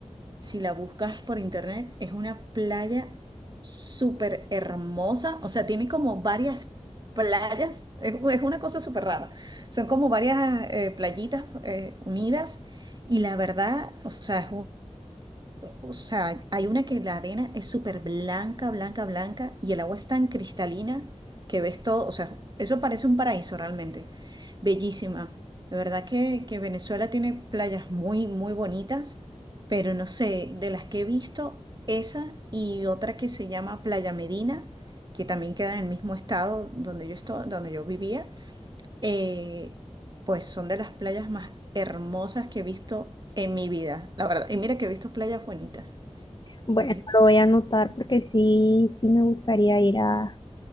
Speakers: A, on the right; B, on the left.
A: Si la buscas por internet, es una playa súper hermosa. O sea, tiene como varias playas. Es, u- es una cosa súper rara. Son como varias eh, playitas eh, unidas. Y la verdad, o sea, es un- o sea, hay una que la arena es súper blanca, blanca, blanca. Y el agua es tan cristalina que ves todo. O sea, eso parece un paraíso realmente. Bellísima. De verdad que, que Venezuela tiene playas muy, muy bonitas pero no sé, de las que he visto, esa y otra que se llama Playa Medina, que también queda en el mismo estado donde yo esto- donde yo vivía, eh, pues son de las playas más hermosas que he visto en mi vida, la verdad. Y mira que he visto playas bonitas,
B: Bueno,
A: porque,
B: lo voy a anotar porque sí, sí me gustaría ir a,